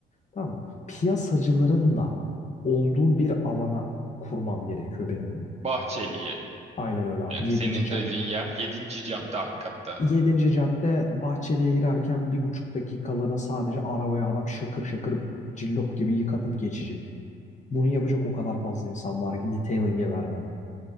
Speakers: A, on the left; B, on the right.
A: tamam mı? Piyasacıların da olduğu bir alana kurmam gerekiyor benim bunu.
B: Bahçeli'ye.
A: Aynen öyle abi.
B: Yani
A: yedinci
B: senin
A: cadde.
B: dediğin yer yedinci cadde hakikatte.
A: yedinci cadde Bahçeli'ye girerken bir buçuk dakikalığına sadece arabaya adam şakır şakır cillop gibi yıkatıp geçecek. Bunu yapacak o kadar fazla insan var ki detailing'e vermeden.